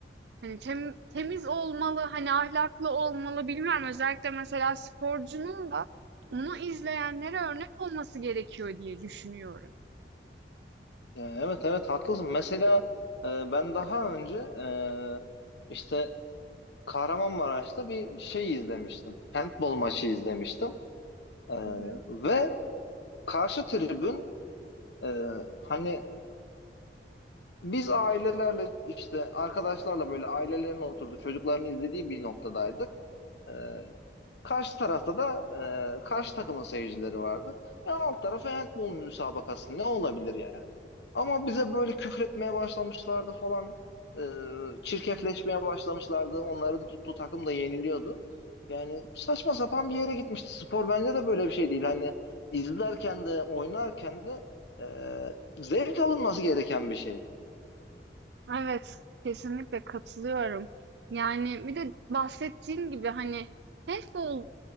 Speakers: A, on the right; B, on the left.
A: Hani tem- temiz olmalı, hani ahlaklı olmalı bilmiyorum. Özellikle mesela sporcunun da onu izleyenlere örnek olması gerekiyor diye düşünüyorum.
B: Ee, evet evet haklısın. Mesela e, ben daha önce e, işte Kahramanmaraş'ta bir şey izlemiştim. Handball maçı izlemiştim. Ee,
A: Hı hı.
B: ve karşı tribün e, hani Biz ailelerle işte arkadaşlarla böyle ailelerin oturduğu çocukların izlediği bir noktadaydık. Ee, karşı tarafta da e, karşı takımın seyircileri vardı. Ya alt tarafı handball müsabakası ne olabilir yani? Ama bize böyle küfretmeye başlamışlardı falan. Ee, çirkefleşmeye
A: Hı hı.
B: başlamışlardı. Onların tuttuğu takım da yeniliyordu. Yani saçma sapan bir yere gitmişti. Spor bence de böyle bir şey değil. Hani izlerken de oynarken de e, zevk alınması gereken bir şey.
A: Evet, kesinlikle katılıyorum. Yani bir de bahsettiğim gibi hani handball